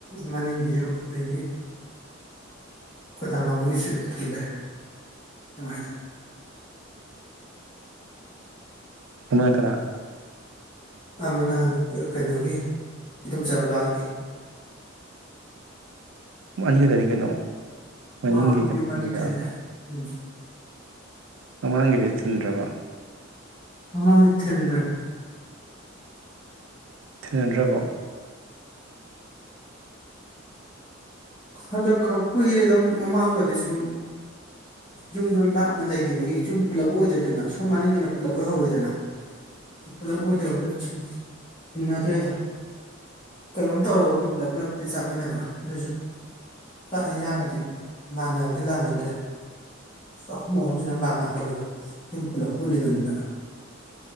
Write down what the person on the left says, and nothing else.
ꯃꯅꯤꯡꯒꯤꯁꯨ ꯑꯗꯒꯤ ꯈꯣꯏꯗꯥꯅꯥꯍꯣꯏꯒꯤꯁꯨ ꯊꯤꯜꯂꯦ ꯑꯗꯨꯃꯥꯏꯅ
ꯑꯃꯅ ꯀꯩꯅꯣꯒꯤ ꯏꯇꯝꯆꯥꯥꯕ ꯂꯥꯛꯑꯣꯏꯗꯤ
ꯑꯥ ꯌꯨꯝ ꯑꯅꯤ ꯊꯤꯜꯂꯦ ꯎꯝ
ꯑꯃꯥꯡꯅꯤꯊꯟ꯭ꯔꯦ
ꯍꯟꯗꯛ ꯀꯨꯏꯔꯦꯗ ꯃꯃꯥꯡꯗꯗꯤ ꯁꯨꯝ ꯌꯨꯝꯗꯣ ꯂꯥꯞꯅ ꯂꯩꯈꯤꯕꯒꯤ ꯁꯨꯝ ꯄꯨꯜꯂꯞ ꯑꯣꯏꯗ꯭ꯔꯦꯗꯅ ꯁꯣꯝ ꯃꯅꯤꯡꯒꯤꯅ ꯄꯨꯂꯞ ꯑꯣꯏꯍꯧꯔꯤꯗꯅ ꯄꯨꯂꯞ ꯑꯣꯏꯗꯕꯗꯨꯗ ꯁꯨꯝ ꯊꯤꯟꯅꯗ꯭ꯔꯦꯗ ꯀꯩꯅꯣꯝ ꯇꯧꯔꯒꯕꯨꯗꯤ ꯄꯨꯂꯞ ꯄꯨꯂꯞꯄꯨꯗꯤ ꯆꯥꯃꯤꯟꯅꯕ ꯑꯗꯨꯁꯨ ꯆꯥꯛ ꯌꯦꯟꯁꯥꯡꯒꯗꯤ ꯂꯥꯟꯅꯕꯗꯤ ꯂꯥꯟꯅꯗ꯭ꯔꯦ ꯆꯥꯛꯈꯨꯝ ꯑꯍꯨꯝꯁꯤꯗꯪ ꯂꯥꯟꯅꯍꯧꯔꯤꯕ ꯌꯨꯝ ꯄꯨꯂꯞ ꯄꯨꯜꯂꯤꯕꯅꯤꯅ